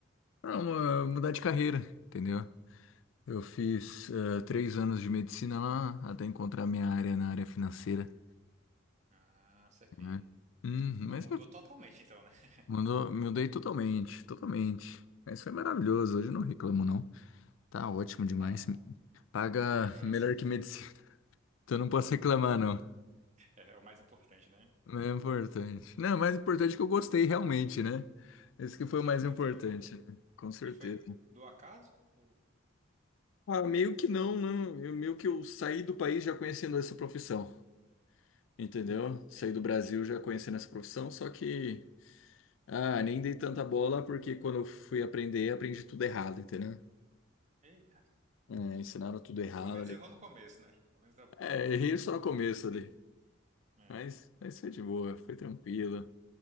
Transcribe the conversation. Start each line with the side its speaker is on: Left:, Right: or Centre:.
Left: Pra mu- mudar de carreira, entendeu? Eu fiz eh, três anos de medicina lá até encontrar minha área na área financeira,
Right: Ah, isso aqui.
Left: né? Hum,
Right: Então
Left: mas
Right: mudou
Left: eu
Right: totalmente, então, né? <laughs>
Left: mudou, mudei totalmente, totalmente. Mas foi maravilhoso, hoje eu não reclamo, não. Tá ótimo demais.
Right: Tá bom.
Left: Paga
Right: Melhor
Left: melhor
Right: assim.
Left: que medicina. <laughs> Então não posso reclamar, não.
Right: É, é o mais importante, né?
Left: Mas É importante. Não, o mais importante é que eu gostei realmente, né? Esse que foi
Right: Se
Left: o mais
Right: encontrou,
Left: importante,
Right: né?
Left: né? Com certeza.
Right: E foi do acaso? Ou...
Left: Ah, meio que não, né? Eu, meio que eu saí do país já conhecendo essa profissão, entendeu?
Right: Hum,
Left: Saí
Right: entendi,
Left: do Brasil
Right: entendi.
Left: já conhecendo essa profissão, só que ah, nem dei tanta bola porque quando eu fui aprender, aprendi tudo errado, entendeu?
Right: Eita.
Left: É, ensinaram tudo errado
Right: Pelo menos
Left: ali.
Right: errou no começo, né? Pelo menos dá.
Left: É, errei só no começo ali,
Right: É,
Left: mas, mas foi de boa, foi tranquilo.